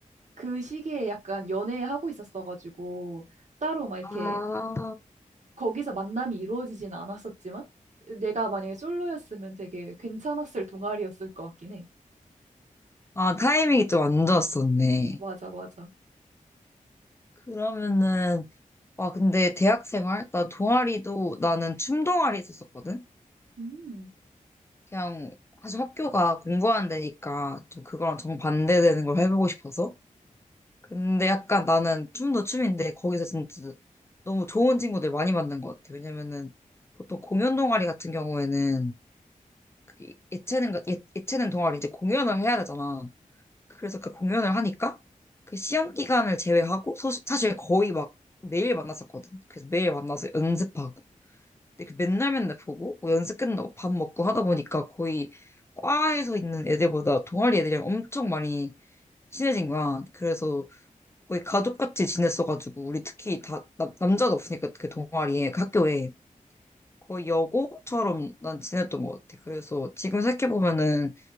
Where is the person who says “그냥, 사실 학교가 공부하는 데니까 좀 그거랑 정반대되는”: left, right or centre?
Left